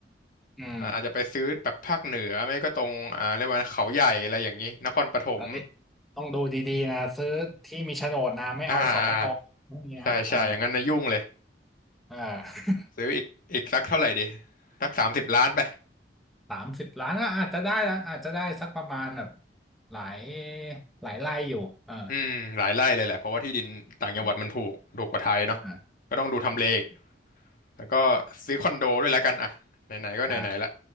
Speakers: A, in the centre; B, on the left.
A: ๆอืม
B: อ่าอาจจะไปซื้อแบบภาคเหนือไม่ก็ตรงอ่าเรียกว่าเขาใหญ่อะไรอย่างนี้นครปฐม
A: เอันนี้ยต้องดูดีๆนะซื้อที่มีโฉนดนะไม่เอาสปกพวกนี้นะเอ่า
B: อ่าอ่าใช่ใช่อย่างนั้นนะยุ่งเลย
A: อ่า <laughs>
B: ซื้ออีกอีกสักเท่าไหร่ดีสักสามสิบล้านไป
A: สามสิบล้านก็อาจจะได้ละอาจจะได้สักประมาณแบบหลายหลายไร่อยู่เออ
B: อืมหลายไร่เลยแหละเพราะว่าที่ดินต่างจังหวัดมันถูกถูกกว่าไทยเนาะ
A: อ่าอ่า
B: ก็ต้องดูทำเลอีกแล้วก็ซื้อคอนโดด้วยแล้วกันอ่ะไหนๆก็ไหนๆละ
A: อ่า